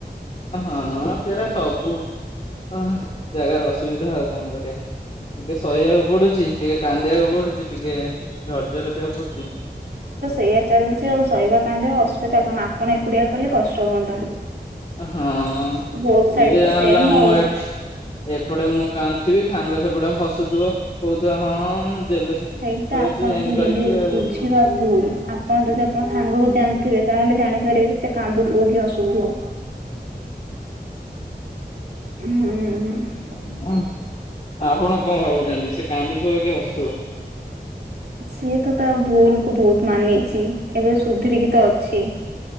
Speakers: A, on the left (about 40°); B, on the right (about 75°).
A: ହଁ ସେଇଟା ସବୁ ଆହାଁ ଜାଗାରେ ଅସୁବିଧା ଆଉ କଣ କରିବା। ଟିକେ ଶହିବାକୁ ପଡୁଛି ଟିକେ କାନ୍ଦିବାକୁ ପଡୁଛି ଟିକେ ଧର୍ଯ୍ୟ ରଖିବାକୁ ପଡୁଛି।
B: ଏୟା ଚାଲିଛି ଆଉ ସ ତାନ ନ୍ଦେହ ଅସୁବିଧା କଣ ଆପଣ ଏକୁଡିଆ କଲେ କଷ୍ଟ ହୁଅନ୍ତା।
A: ହଁ କିଏ
B: ବୋଥ ସାଇଡ ତ
A: ଜାଣିଲା
B: ସେମ
A: ମୁଁ
B: ଆଉ।
A: ଏଠି ଏପଟେ ମୁଁ କାନ୍ଦୁଥିବି ସାଙ୍ଗ ସେପଟେ ହସୁଥିବ କହୁଥିବ ହଁ ଜେଲସି
B: ସେଇଟା
A: କରୁଛି
B: ଆପଣ
A: ଏମିତି
B: ଭୁଲି
A: କରିକି ଆଉ।
B: ବୁଝିବା ଭୁଲ ଆପଣ ଯଦି ଆପଣ ସାଙ୍ଗକୁ ଜାଣିଥିବେ ତାହେଲେ ତାଲେ ଜାଣିପାରିବେ ସେ କାନ୍ଦୁଥିବ କି ହସୁଥିବ। ହୁଁ
A: ହୁଁ। ଆପଣ କଣ ଭାବୁଛନ୍ତି ସେ କାନ୍ଦୁଥିବ କି ହସୁଥିବ?
B: ସିଏ ତ ତା ଭୁଲ କୁ ବହୁତ ମାନିଛି ଏବେ ସୁଧରିକି ତ ଅଛି।